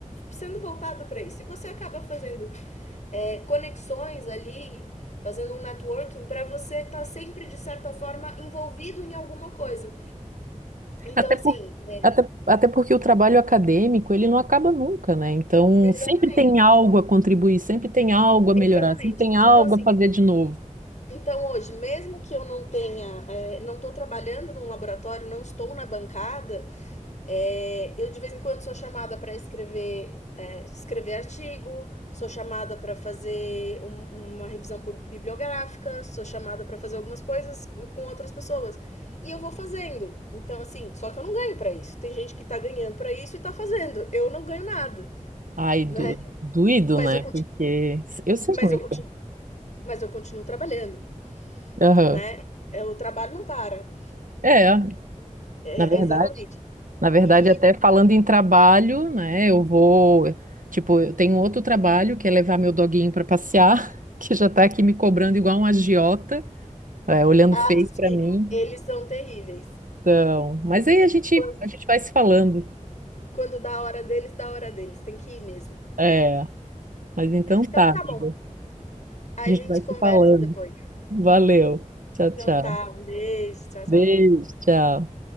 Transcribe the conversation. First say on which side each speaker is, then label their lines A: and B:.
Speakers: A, on the left; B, on the right.
A: sendo voltada para isso. E você acaba fazendo é, conexões ali, fazendo um networking para você estar tá sempre, de certa forma, envolvido em alguma coisa. Então,
B: Até
A: assim,
B: por,
A: é,
B: até, até porque o trabalho acadêmico, ele não acaba nunca, né? Então,
A: exatamente,
B: sempre tem algo a contribuir, sempre tem algo a
A: exatamente.
B: melhorar, sempre tem algo
A: Então, assim,
B: a fazer de novo.
A: Então hoje, mesmo que eu não tenha, é, não estou trabalhando num laboratório, não estou na bancada, é, eu de vez em quando sou chamada para escrever, é, escrever artigo, sou chamada para fazer um- uma revisão bibliográfica, sou chamada para fazer algumas coisas com, com outras pessoas. E eu vou fazendo. Então, assim, só que eu não ganho para isso. Tem gente que tá ganhando para isso e tá fazendo. Eu não ganho nada,
B: Ai,
A: né?
B: do, doído,
A: Mas
B: né?
A: eu, conti-
B: Porque eu sei
A: mas
B: como
A: eu,
B: é
A: continuo,
B: que
A: mas eu continuo trabalhando,
B: é. Aham.
A: né? É, O trabalho não para.
B: É,
A: É,
B: na verdade,
A: exatamente.
B: na verdade,
A: E
B: até falando em trabalho, né? Eu vou, tipo, eu tenho outro trabalho que é levar meu doguinho para passear, <laughs> que já tá aqui me cobrando igual um agiota, é, olhando
A: ah,
B: feio
A: <laughs> sim,
B: para mim.
A: eles são terríveis.
B: Então, mas aí a gente,
A: Quan
B: a gente vai se falando.
A: quando dá a hora deles, dá a hora deles, tem que ir mesmo.
B: É, mas então tá,
A: Então tá
B: amiga.
A: bom, a
B: A gente
A: gente
B: vai
A: conversa
B: se falando.
A: depois.
B: Valeu. Tchau,
A: Então
B: tchau.
A: tá, um beijo, tchau, tchau.
B: Beijo, tchau.